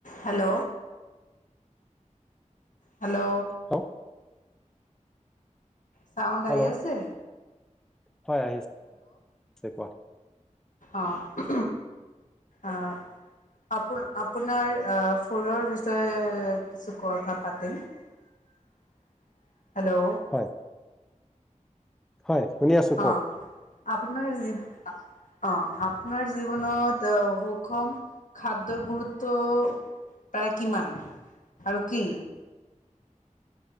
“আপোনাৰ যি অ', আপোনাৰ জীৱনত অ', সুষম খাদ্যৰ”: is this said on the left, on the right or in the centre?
Left